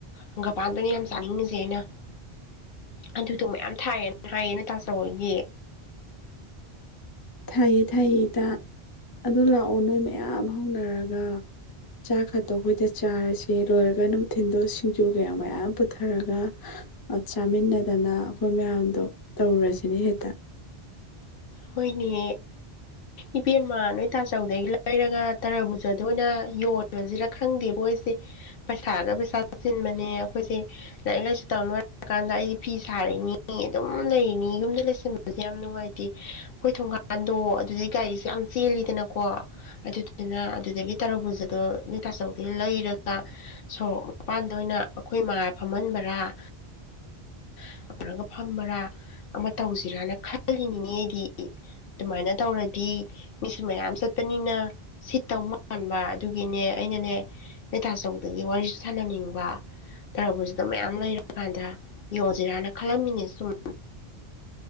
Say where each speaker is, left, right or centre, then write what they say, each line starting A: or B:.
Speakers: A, on the left; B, on the left.
A: ꯍꯪꯒꯄꯥꯟꯗꯨꯅꯦ ꯌꯥꯝ ꯆꯥꯅꯤꯡꯉꯤꯁꯦ ꯑꯩꯅ ꯑꯗꯨꯗꯣ ꯃꯌꯥꯝ ꯊꯥꯏꯌꯦꯅ ꯍꯥꯏꯌꯦꯅ ꯅꯣꯏ ꯇꯥꯆꯧꯍꯣꯏꯒꯤ
B: ꯊꯥꯏꯌꯦ ꯊꯥꯏꯌꯦ ꯏꯇꯥ ꯑꯗꯨ ꯂꯥꯛꯑꯣ ꯅꯣꯏ ꯃꯌꯥꯝ ꯍꯧꯅꯔꯒ ꯆꯥꯛ ꯈꯛꯇꯣ ꯑꯩꯈꯣꯏꯗ ꯆꯥꯔꯁ ꯂꯣꯏꯔꯒ ꯅꯨꯡꯊꯤꯟꯜꯗꯣ ꯁꯤꯡꯖꯨ ꯀꯌꯥ ꯃꯌꯥꯝ ꯄꯨꯊꯔꯒ ꯆꯥꯃꯤꯟꯅꯗꯅ ꯑꯩꯈꯣꯏ ꯃꯌꯥꯝꯗꯣ ꯇꯧꯔꯁꯤꯅꯦ ꯍꯦꯛꯇ
A: ꯍꯣꯏꯅꯦ ꯏꯕꯦꯝꯃꯥ ꯅꯣꯏ ꯇꯥꯆꯧꯗꯒꯤ ꯂꯩꯔꯒ ꯇꯔꯥꯕꯨꯖꯗ ꯑꯣꯏꯅ ꯌꯣꯜꯂꯁꯤꯔ ꯈꯪꯗꯦꯕ ꯑꯩꯈꯣꯏꯁꯦ ꯄꯩꯁꯥꯒ ꯄꯩꯁꯥ ꯆꯤꯟꯕꯅꯦ ꯑꯩꯈꯣꯏꯁꯦ ꯂꯥꯏꯔꯤꯛ ꯂꯥꯏꯁꯨ ꯇꯝꯕ ꯂꯣꯏꯔꯀꯥꯟꯗ ꯑꯩꯗꯤ ꯐꯤ ꯁꯥꯔꯤꯅꯤ ꯑꯗꯨꯝ ꯂꯩꯔꯤꯅꯤ ꯌꯨꯝꯗ ꯂꯩꯁꯤꯟꯕꯁꯦ ꯌꯥꯝ ꯅꯨꯡꯉꯥꯏꯇꯦ ꯍꯣꯏ ꯊꯣꯡꯒꯥ ꯄꯥꯟꯗꯣ ꯑꯗꯨꯩ ꯒꯥꯔꯤꯁꯦ ꯌꯥꯝ ꯆꯦꯜꯂꯤꯗꯅꯀꯣ ꯑꯗꯨ ꯑꯗꯨꯗꯒꯤ ꯇꯔꯣꯕꯨꯖꯗꯣ ꯅꯣꯏ ꯇꯥꯆꯧꯗ ꯂꯩꯔꯒ ꯁꯣꯔꯣꯛ ꯃꯄꯥꯟꯗ ꯑꯣꯏꯅ ꯑꯩꯈꯣꯏ ꯏꯃꯥ ꯐꯝꯍꯟꯕꯔꯥ <unintelligible> ꯐꯝꯕꯔꯥ ꯑꯃ ꯇꯧꯁꯤꯔꯅ ꯈꯜꯂꯤꯅꯤꯅꯦ ꯑꯩꯗꯤ ꯑꯗꯨꯃꯥꯏꯅ ꯇꯧꯔꯗꯤ ꯃꯤꯁꯨ ꯃꯌꯥꯝ ꯆꯠꯄꯅꯤꯅ ꯁꯤꯠꯇꯧ ꯃꯥꯟꯕ ꯑꯗꯨꯒꯤꯅꯦ ꯑꯩꯅꯅꯦ ꯅꯣꯏ ꯇꯥꯆꯧꯗꯒꯤ ꯋꯥꯔꯤꯁꯨ ꯁꯥꯟꯅꯅꯤꯡꯕ ꯇꯔꯕꯨꯖꯗꯣ ꯃꯌꯥꯝ ꯂꯩꯔꯀꯥꯟꯗ ꯌꯣꯖꯤꯔꯥꯅ ꯈꯜꯂꯝꯃꯤꯅꯦ ꯁꯨꯝ